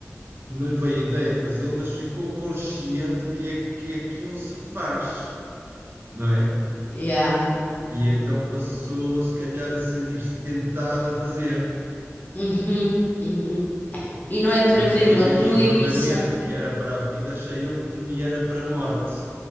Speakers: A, on the right; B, on the left.
A: não lhe veio a ideia de fazê-lo, mas ficou consciente de que aquilo se faz, não é?
B: Yeah.
A: E então passou, se calhar, a sentir-se tentado a fazer,
B: Uhum, uhum. E não é por
A: né?
B: haver
A: Porque diz
B: uma
A: aqui,
B: proibição.
A: o mandamento que era para a vida, achei eu que me era para a morte,